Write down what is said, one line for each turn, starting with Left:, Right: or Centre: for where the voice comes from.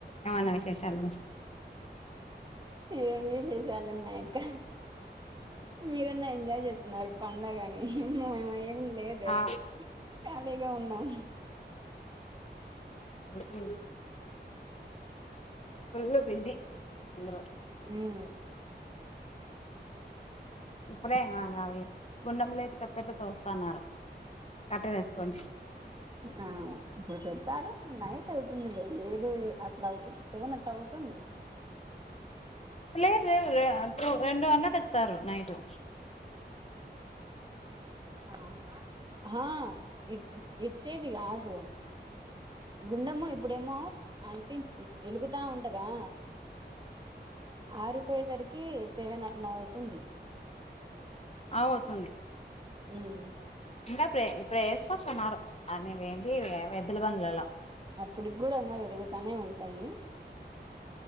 Left: ఏమన్న విశేషాలు
Right: ఏం విశేషాలున్నయక్క మీరన్నా ఎంజాయ్ చేస్తున్నరు పండగని మ్మ ఎమ్మ ఏం లేదే
Left: ఆ
Right: ఖాళీగా ఉన్నాం
Left: ముస్లిమ్స్ ఫుళ్ళు బిజి అందరూ
Right: ఉమ్
Left: ఇప్పుడే ఆ ఇంగ అవి గుండంలోకి తప్పెట్లు తోస్తన్నారు కర్టెన్ ఏసుకోని
Right: ఉమ్ ఆ ఇప్పుడు పెడతారు నైట్ అవుతుందిలె ఏడు ఏ అట్లవుతుంది సెవెన్ అట్లా అవుతుంది
Left: లేదు లేదులే అంతలో రెండు గంటలకు తెత్తారు నైటు
Right: ఆ అహా ఎక్ ఇచ్ ఎక్కేవి గాదు గుండము ఇప్పుడేమో అంటి ఇ ఎలుగుతా ఉంటదా ఆరిపోయే సరికి సెవెన్ అట్లా అవుతుంది
Left: అ అవుతుంది
Right: ఉమ్
Left: ఇంకా ఇప్పుడే ఇప్పుడేసుకొస్తున్నారు అని వేంటి ఎద్దుల బండ్లల్లా
Right: అప్పటిగ్గుడా అన్న వెలుగుతానే ఉంటాయి